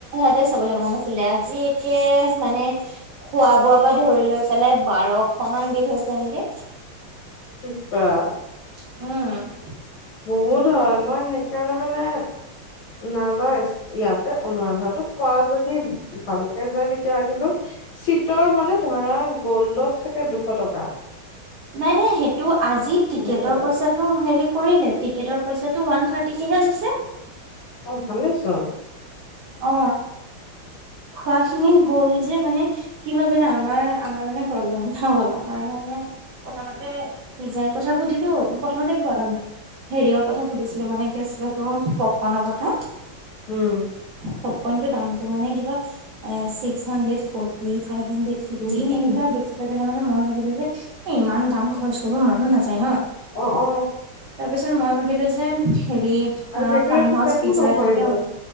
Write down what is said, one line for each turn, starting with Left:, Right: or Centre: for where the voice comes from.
Right: তাতে চাবলৈ মন আছিলে আজি একে মানে খোৱা বোৱাৰ পৰা ধৰি লৈ পেলাই বাৰশ মান বিল হৈছে নেকি।
Left: ই, বাঁ
Right: উম,
Left: বহুত হয় মই সেইকাৰণে, মানে নাযা ইয়াতে অনুৰাধাটো পোৱা যদি ভালকে যায় তেতিয়া কিন্তু চীটৰ মানে ধৰা গল্ডত চাগে দুশ টকা
Right: নাই নাই সেইটো আজি টিকেটৰ
Left: সেনেকুৱা টাইপ
Right: পইচাটো হেৰি কৰিলে টিকেট পইচাটো ওৱান থাৰ্টিকেহে লৈছে,
Left: অ ভালেচোন,
Right: অ খোৱাখিনি গ'ল যে মানে, কি হ'ল জানো আমাৰ আমাৰ মানে প্ৰব্লেম হ'ল আ মানে প্ৰথমতে পজাই কথা সুধিলো, প্ৰথমতে
Left: উম
Right: হেৰিওৰ কথা, সুধিছিলো মানে কি আছিলে তো পপকৰ্নৰ কথা,
Left: উম!
Right: পব কনটোৰ দামটো মানে কিবা six hundred forty five hundred fifty
Left: um
Right: এনেকুৱ দেখিলে মানে মই, ভাবিলে যে এ ইমান দাম খৰচ কৰিব মনো নাযায় ন
Left: অ অ
Right: তাৰ পিছত মই ভাবিলো যে, হেৰি
Left: আৰু সেইটোৱেটো
Right: ফাৰ্ম হাউচ
Left: পেটো
Right: পিজ্জা
Left: নভৰিব
Right: এটাকে